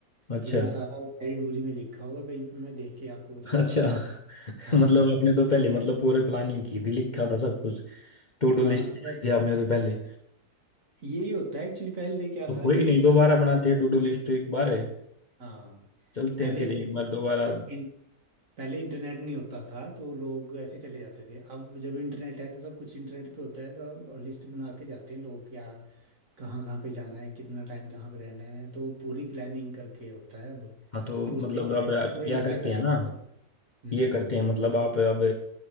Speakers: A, on the left; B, on the right.
A: अच्छा
B: तो वो सारा डायरी डूरी में लिखा होगा कहीं पे मैं देख के आपको बताऊंगा
A: अच्छा <laughs>
B: हाँ
A: मतलब आपने तो पहले मतलब पूरे प्लानिंग की थी लिखा था सब कुछ टू डू
B: हाँ
A: लिस्ट बनाई
B: तो ऐस-
A: थी आपने तो पहले
B: यही होता है एक्चुअली पहले क्या
A: तो
B: था
A: कोई
B: कि
A: नहीं दोबारा
B: पहले इंटरनेट
A: बनाते हैं टू डू लिस्ट एक बार है
B: हाँ
A: चलते
B: पहले
A: हैं फिर एक बार दोबारा
B: इन- पहले इंटरनेट नहीं होता था तो लोग ऐसे चले जाते थे अब जब इंटरनेट है तो सब कुछ इंटरनेट पे होता है तो लिस्ट बना के जाते हैं लोग क्या कहाँ कहाँ पे जाना है कितना टाइम कहाँ पे रहना है तो पूरी प्लानिंग करके होता है अब
A: हाँ तो मतलब
B: तो उससे होता
A: अब
B: है कि
A: आप
B: पूरा
A: क्या
B: एंजॉय
A: करते
B: कर
A: हैं
B: सकते
A: ना
B: हो हम्म
A: ये करते हैं मतलब आप अब